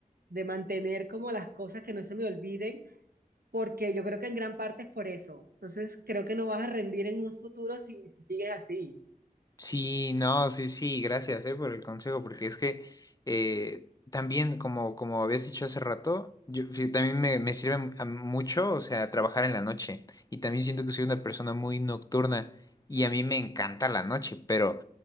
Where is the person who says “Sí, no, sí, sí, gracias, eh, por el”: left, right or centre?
Left